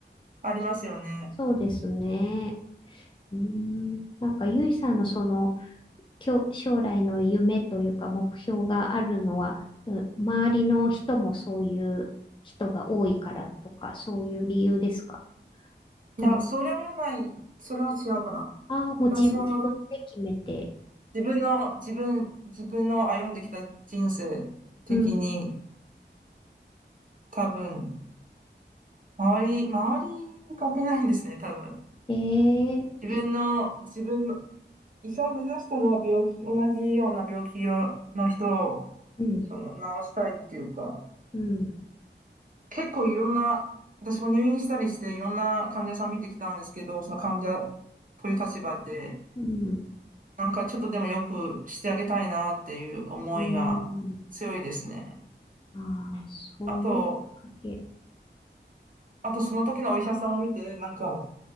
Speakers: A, on the right; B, on the left.
A: ありますよね。
B: そそうですね。うん、なんか、ゆいさんのその、きょ、将来の夢というか目標があるのは、うん周りの人もそういう人が多いからとか、そういう理由ですかとも、
A: いや、それはない、それは違うかな。
B: ああ、もう自分、
A: 私は
B: 自分で決めて。
A: 自分の、自分、自分の歩んできた人生的に
B: うん。
A: 多分、周り、周り関係ないんですね、多分。
B: ええそう、
A: 自分の、自分の、医者を目指したのは病気、同じような病気をの人を、
B: うん、
A: その、治したいっていうか、
B: うん、
A: 結構いろんな、私も入院したりしていろんな患者さん見てきたんですけど、その患者という立場で、
B: うん、
A: なんかちょっとでもよくしてあげたいなっていう思いが強いですね。
B: うん。ああ、そういうきっかけ。
A: あと、あとその時のお医者さんを見て、なんか